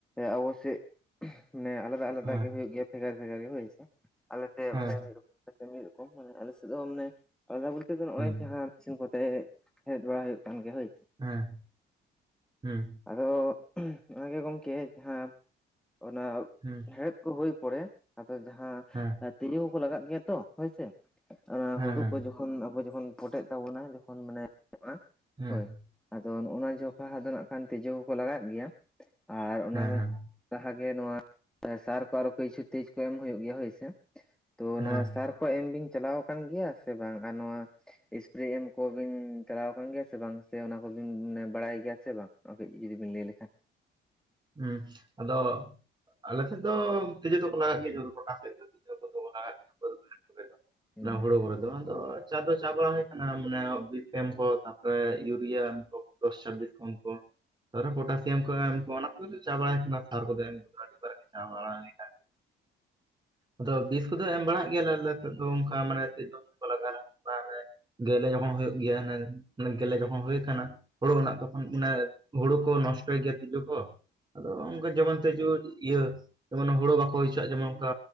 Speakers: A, in the centre; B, on the right (about 20°).
A: ᱟᱵᱚ ᱥᱮᱫ ᱢᱟᱱᱮ ᱟᱞᱟᱫᱟ ᱟᱞ
B: ᱦᱮᱸ
A: ᱚᱱᱠᱟᱜ ᱜᱮ
B: ᱦᱮᱸ
A: ᱦᱩᱭᱩᱜ ᱜᱮᱭᱟ ᱵᱷᱮᱜᱟᱨ ᱵᱷᱮᱜᱟᱨᱤ ᱦᱳᱭᱥᱮ, ᱟᱞᱮᱥᱮᱫ
B: ᱦᱮᱸ
A: ᱢᱟᱱᱮ ᱢᱤᱫ ᱨᱚᱠᱚᱢ ᱟᱞᱮ ᱥᱮᱫ ᱢᱤᱫ ᱨᱚᱠᱚᱢ ᱢᱟᱱᱮ ᱟᱞᱮᱥᱮᱫ ᱫᱚ ᱢᱟᱱᱮ ᱟᱞᱟᱫᱟ ᱵᱚᱞᱛᱮ ᱫᱚ ᱱᱚᱜ-ᱚᱭ
B: ᱦᱩᱸ
A: ᱡᱟᱦᱟᱸ᱾ ᱤᱥᱤᱱ ᱠᱚᱛᱮ, ᱦᱮᱡ ᱵᱟᱲᱟ ᱦᱩᱭᱩᱜ ᱠᱟᱱ ᱜᱮ ᱦᱳᱭ᱾
B: ᱦᱮᱸ ᱦᱩᱸ᱾
A: ᱟᱫᱚ ᱚᱱᱟᱜᱮ ᱜᱚᱢᱠᱮ ᱡᱟᱦᱟᱸ ᱚᱱᱟ
B: ᱦᱩᱸ᱾
A: ᱦᱮᱲᱦᱮᱫ ᱠᱚ ᱦᱳᱭ ᱯᱚᱨᱮ, ᱟᱫᱚ ᱡᱟᱦᱟᱸ
B: ᱦᱮᱸ
A: ᱛᱤᱡᱩ ᱠᱚᱠᱚ ᱞᱟᱜᱟᱜ ᱜᱮᱭᱟ ᱛᱚ᱾ ᱦᱳᱭᱥᱮ ᱮ
B: ᱦᱮᱸ
A: ᱦᱩᱲᱩ ᱠᱚ ᱡᱚᱠᱷᱚᱱ ᱟᱵᱚ ᱡᱚᱠᱷᱚᱱ ᱯᱚᱴᱮᱜ ᱛᱟᱵᱚᱱᱟ, ᱡᱚᱠᱷᱚᱱ ᱢᱟᱱᱮ ᱟ
B: ᱦᱮᱸ
A: ᱦᱳᱭ᱾ ᱟᱫᱚ ᱱᱚᱜ-ᱱᱚᱣᱟ ᱡᱚᱠᱷᱟ ᱟᱫᱚ ᱦᱟᱜ-ᱠᱷᱟᱱ ᱛᱤᱡᱩ ᱠᱚᱠᱚ ᱞᱟᱜᱟᱜ ᱜᱮᱭᱟ ᱟᱨ ᱚᱱᱟ᱾
B: ᱦᱮᱸ ᱦᱮᱸ
A: ᱡᱟᱦᱟᱸᱜᱮ ᱱᱚᱣᱟ᱾ ᱥᱟᱨ ᱠᱚ ᱟᱨᱚ ᱠᱤᱪᱷᱩ ᱛᱮᱡ ᱠᱚ ᱮᱢ ᱦᱳᱭᱳᱜ ᱜᱮᱭᱟ ᱦᱳᱭᱥᱮ᱾ ᱛᱚ
B: ᱦᱮᱸ
A: ᱱᱚᱶᱟ ᱥᱟᱨ ᱠᱚ ᱮᱢᱵᱤᱧ ᱪᱟᱞᱟᱣ ᱠᱟᱱᱜᱮᱭᱟ ᱥᱮ ᱵᱟᱝ ᱟᱨ ᱱᱚᱣᱟ᱾ ᱮᱥᱯᱨᱮ ᱮᱢ ᱠᱚᱵᱤᱱ ᱪᱟᱞᱟᱣ ᱟᱠᱟᱱ ᱜᱮᱭᱟ ᱥᱮ ᱵᱟᱝ, ᱥᱮ ᱚᱱᱟ ᱠᱚᱵᱤᱱᱮ ᱵᱟᱲᱟᱭ ᱜᱮᱭᱟ ᱥᱮ ᱵᱟᱝ᱾ ᱱᱚᱣᱟ ᱠᱟᱹᱡ ᱡᱩᱫᱤᱵᱤᱱ ᱞᱟᱹᱭ ᱞᱮᱠᱷᱟᱱ᱾
B: ᱦᱮᱸ ᱟᱫᱚ ᱟᱞᱮᱥᱮᱫ ᱫᱚ ᱛᱤᱡᱩ ᱫᱚᱠᱚ ᱞᱟᱜᱟᱜ ᱜᱮᱭᱟ ᱡᱚᱛᱚ ᱜᱚᱴᱟ ᱥᱮᱫ ᱫᱚ ᱛᱤᱡᱮ ᱠᱚ ᱞᱟᱜᱟᱜ
A: <inaudible>
B: ᱜᱮᱭᱟ ᱵᱟᱹᱫᱽ ᱵᱟᱹᱭᱦᱟᱹᱲ ᱠᱚᱨᱮ ᱫᱚ
A: ᱦᱩᱸ
B: ᱚᱱᱟ ᱦᱩᱲᱳ ᱠᱚᱨᱮ ᱫᱚ᱾ ᱟᱫᱚ ᱪᱟᱣ ᱫᱚ ᱪᱟᱣ ᱵᱟᱲᱟ ᱦᱩᱭ ᱟᱠᱟᱱᱟ ᱢᱟᱱᱮ ᱵᱤᱯᱮᱢ ᱠᱚ ᱛᱟᱨᱯᱚᱨᱮ ᱤᱭᱩᱨᱤᱭᱟ ᱫᱚᱥ ᱪᱷᱟᱵᱤᱥ ᱯᱟᱱ ᱠᱚ᱾ ᱛᱮ ᱯᱚᱴᱟᱥᱤᱭᱟᱢ ᱠᱚ ᱮᱢ ᱠᱚ ᱚᱱᱟ ᱠᱚ ᱪᱟ ᱵᱟᱲᱟᱭ ᱟᱠᱟᱱᱟ ᱥᱟᱨ ᱠᱚᱫᱚ ᱮᱢ ᱟᱹᱰᱤ ᱵᱟᱨ ᱪᱟᱣ ᱵᱟᱲᱟ ᱦᱳᱭ ᱟᱫᱚ ᱵᱤᱥ ᱠᱚᱫᱚ ᱮᱢ ᱵᱟᱲᱟᱜ ᱜᱮᱭᱟᱞᱮ ᱟᱞᱮ ᱥᱮᱫ ᱫᱚ ᱚᱱᱠᱟ ᱢᱟᱱᱮ ᱛᱤᱡᱳ ᱠᱚᱠᱚ ᱞᱟᱜᱟᱣ <unintelligible> ᱜᱮᱞᱮ ᱡᱚᱠᱷᱚᱱ ᱦᱳᱭᱳᱜ ᱜᱮᱭᱟ ᱦᱟᱱᱮ ᱜᱮᱞᱮ ᱡᱚᱠᱷᱚᱱ ᱦᱩᱭ ᱠᱟᱱᱟ, ᱦᱩᱲᱩ ᱨᱮᱱᱟᱜ ᱛᱚᱠᱷᱚᱱ ᱢᱟᱱᱮ ᱦᱩᱲᱩ ᱠᱚ ᱱᱚᱥᱴᱚᱭ ᱜᱮᱭᱟ ᱛᱤᱡᱩ ᱠᱚ᱾ ᱟᱫᱚ ᱚᱱᱠᱟ ᱡᱮᱢᱚᱱ ᱛᱮᱡᱳ, ᱤᱭᱟᱹ ᱡᱮᱢᱚᱱ ᱦᱩᱲᱳ ᱵᱟᱠᱚ ᱦᱳᱭ ᱦᱚᱪᱟᱣᱟᱜ-ᱟ ᱡᱮᱢᱚᱱ ᱚᱱᱠᱟ